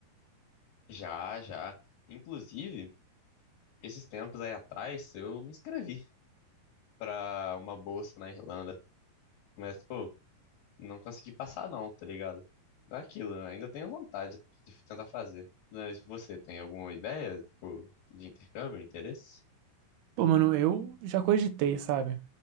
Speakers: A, on the left; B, on the right.
A: Já, já. Inclusive, esses tempos aí atrás, eu me inscrevi pra uma bolsa na Irlanda. Mas, pô, não consegui passar não, tá ligado? Não é Aquilo, eu ainda tenho vontade de tentar fazer. Mas você tem alguma ideia, tipo, de intercâmbio, interesse?
B: Pô, mano, eu já cogitei, sabe?